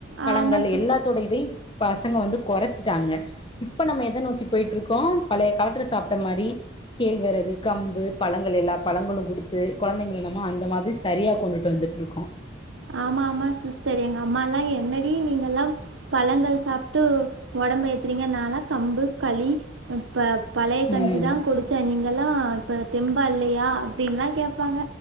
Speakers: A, on the left; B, on the right.
A: பழங்கள்
B: ஆமாம் சிஸ்
A: எல்லாத்தோடை இதை பசங்க வந்து கொறச்சிட்டாங்க இப்ப நம்ம எத நோக்கி போய்ட்டுருக்கோ பழைய காலத்துல சாப்ட்ட மாரி கேழ் வெறகு கம்பு பழங்கள் எல்லா பழங்களு குடுத்து கொழந்தைங்கள நம்ம அந்த மாதிரி சரியா கொண்டுட் வந் துட்ருக்கோ
B: ஆமா ஆமா சிஸ்டர் எங்க அம்மாலா என்னடி நீங்கல்லா பழங்கள் சாப்ட்டு ஒடம் ப ஏத்துறீங்க நாலா கம்பு களி உப்ப பழைய கஞ்சி
A: ம்
B: தா குடிச்சே நீங்கெல்லா இப்ப தெம்பா இல்லையா அப்டின்ல்லா கேப்பாங்க